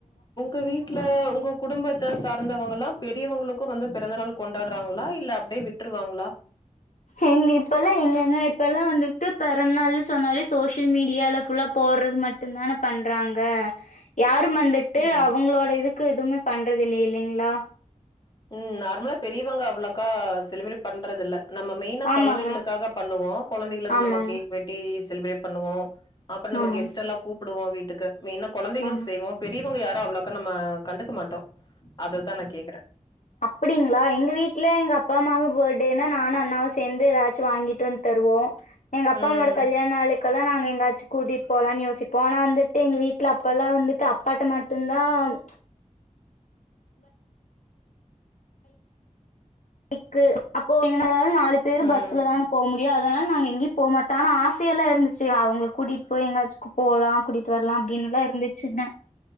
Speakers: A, on the left; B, on the left.
A: உங்க வீட்ல உங்க குடும்பத்த சார்ந்தவங்களா பெரியவங்களுக்கு வந்து பிறந்த நாள் கொண்டாட்றாங்களா இல்ல அப்டியே விட்ருவாங்களா
B: எங்க இப்பெல்லா எங்கங்க இப்பெல்லா வந்துட்டு பெறந்நாள்னு சொன்னாலே சோஷியல் மீடியால ஃபுல்லா போர்றது மட்டுந்தான பண்றாங்க யாரு ம் வந்துட்டு
A: ம்
B: அவுங்களோட இதுக் க்கு எதுமே பண்றதில்லே இல்லைங்ளா
A: உம் நார்மலா பெரியவங்க அவ்வளோக்கா செலிப்ரேட் பண்றதில்ல நம்ம மெயினா
B: ஆமாங்க
A: கொழந்தைகளுக்காக பண்ணுவோ கொழந்தைகளுக்கு
B: ஆமாங்க
A: நம்ம கேக் வெட்டி செலிப்ரேட் பண்ணுவோ அப்றோ நம்ம
B: ஆமாங்க
A: கெஸ்ட்டெல்லா கூப் புடுவோ வீட்டுக்கு மெய்னா குழந்தைகளுக்கு
B: ஆமா
A: செய்வோ பெ ரியவங்க யாரு அவ்ளோக்கா நம்ம கண்டுக்க மாட்டோ அததா நா கேக்குற
B: அப்டிங்ளா எங்க வீட்ல எங்க அப்பா அம்மாவுக்கு பேட்டேனா நானு அண்ணாவு சேந்து ஏதாச் வாங்கிட்டு வந்து தருவோ எங்க
A: ம்
B: அப்பாவோட கல்யாண நாளுக்கெலா நாங்க எங்காச்சு கூட்டிட் போலான்னு யோசிப்போ ஆனா வந்துட்டு எங்க வீட்டுல அப்ப எல்லா வந்துட்டு அப்பாட்ட மட்டும்தா ம் க்கு அப்போ <unintelligible> நாலு பேரு
A: ம்
B: பஸ்ல தான போ முடியு அதனால நாங்க எங்கேயு போமாட்டோ ஆனா ஆசயேல்லா இருந்துச்சு அவங்கள கூட்டிட்டு போய் எங்காச்சுக்கு போலா கூட்டிட்டு வரலா அப்டின்னெல்லா இருந்துச்சுங்க